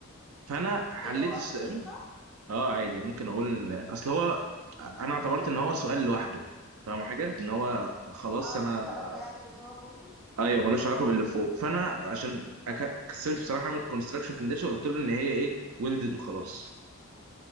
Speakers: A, on the right; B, in the centre.
A: فانا حليت
B: ايه ده هو اصلا
A: السؤال
B: ينفع
A: اه عادي ممكن اقول إن- اصل هو انا اعتبرت ان هو سؤال لوحده فاهم حاجه ان هو خلاص
B: اه
A: انا
B: ملوش علاقة يعني بان هو بولتد
A: ايوه ملوش علاقه باللي فوق فانا عشان أك- كسلت بصراحه اعمل كونستراكشن كونديشن قلت له ان هي ايه ويلدد وخلاص